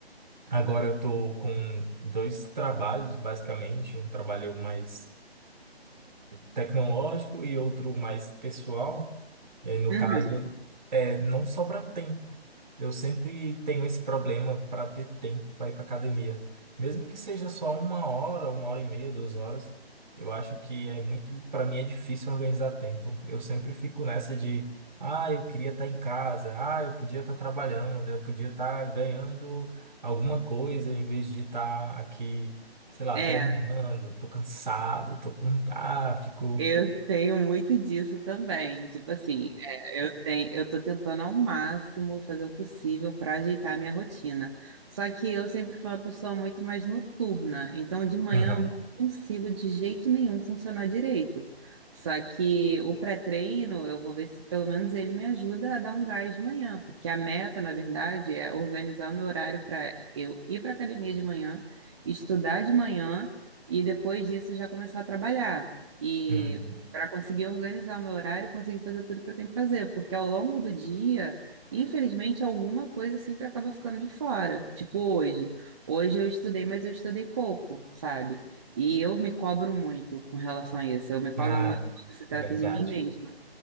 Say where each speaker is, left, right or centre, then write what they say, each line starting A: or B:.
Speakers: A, on the right (about 45°); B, on the right (about 25°).
A: agora eu tô com dois trabalhos, basicamente, um trabalho mais tecnológico e outro mais pessoal. E aí, no
B: Uhum,
A: caso, é, não sobra tempo. Eu sempre tenho esse problema para ter tempo para ir para academia. Mesmo que seja só uma hora, uma hora e meia, duas horas, eu acho que é muito, para mim é difícil organizar tempo. Eu sempre fico nessa de, ah, eu queria estar em casa, ah, eu podia estar trabalhando, eu podia estar ganhando alguma coisa em vez de estar aqui, sei lá,
B: é.
A: treinando, tô cansado, tô com, ah, fico,
B: Eu tenho muito disso também. Tipo assim, é, eu tenho, eu tô tentando ao máximo fazer o possível para ajeitar a minha rotina. Só que eu sempre fui uma pessoa muito mais noturna, então de manhã
A: Aham.
B: eu não consigo de jeito nenhum funcionar direito. Só que o pré-treino, eu vou ver se pelo menos ele me ajuda a dar um gás de manhã, porque a meta, na verdade, é organizar o meu horário para eu ir para academia de manhã, estudar de manhã e depois disso já começar a trabalhar. E
A: uhum."
B: para conseguir organizar meu horário, e conseguir fazer tudo que eu tenho que fazer, porque ao longo do dia, infelizmente, alguma coisa sempre acaba ficando de fora. Tipo hoje. Hoje eu estudei, mas eu estudei pouco, sabe? E eu me cobro muito com relação a isso. Eu me cobro
A: Ah,
B: muito quando se trata
A: verdade.
B: de mim mesma.